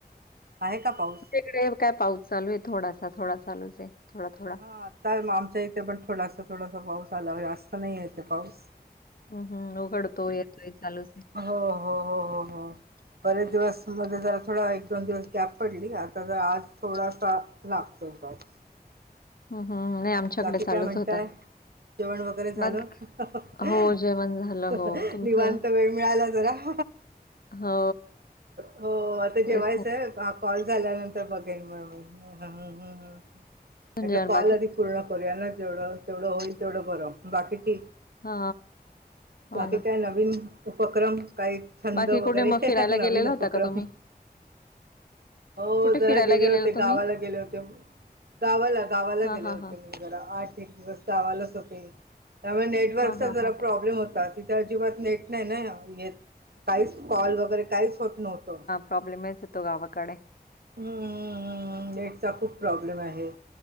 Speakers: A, on the right; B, on the left.
A: आहे का पाऊस?
B: ईकडे काय पाऊस थोडासा. थोडा चालूच आहे थोडा थोडा.
A: ह आता आमच्या इथे पण थोडासा थोडासा पाऊस आला जास्त नाही येते पाऊस.
B: हम्म हम् उघडतो, येतोय चालूच आहे.
A: हो हो हो हो हो. बरेच दिवस मध्ये जरा थोडा एक दोन दिवस गॅप पडली. आता जरा आज थोडासा लागतोय पाऊस.
B: हम् हम् नाही, आमच्याकडे
A: बाकी
B: चालूच
A: काय म्हणताय
B: होता.
A: जेवण वगैरे झालं?
B: बाकी
A: ह ह अ
B: हो जेवण झालं
A: ह
B: हो
A: ह
B: तुमचं
A: निवांत वेळ. मिळायला जरा <unintelligible>
B: हो
A: हो आता
B: तेच
A: जेवायच
B: ना
A: आहे. कॉल झाल्यानंतर बघेन मग, ह. ह. ह. म्हटलं
B: जेवण
A: कॉल
B: बाकी
A: आदी पूर्ण करूया ना, जेवढं होईल तेवढं बरं, बाकी ठीक.
B: हा हो
A: बाकी
B: ना
A: काय नवीन उपक्रम काही? छंद
B: बाकी
A: वगैरे
B: कुठे मग फिरायला
A: नवीन
B: गेलेला
A: उपक्रम.
B: होता का तुम्ही
A: हो
B: कुठे
A: जरा
B: फिरायला
A: गेले
B: गेलेला
A: होते
B: तुम्ही
A: गावाला गेले होते, गावाला- गावाला
B: हा
A: गेले
B: हा
A: होते.
B: हा
A: जरा आठ एक दिवस गावालाच होते, त्यामुळे नेटवर्कचा
B: हा हा
A: जरा
B: हा
A: प्रॉब्लेम होता. तिथं अजिबात नेट नाही ना नेट, काहीच कॉल वगैरे काहीच होत नव्हतं.
B: प्रॉब्लेमेच येतो गावाकडे.
A: हूं....... नेटचा खूप प्रॉब्लेम आहे.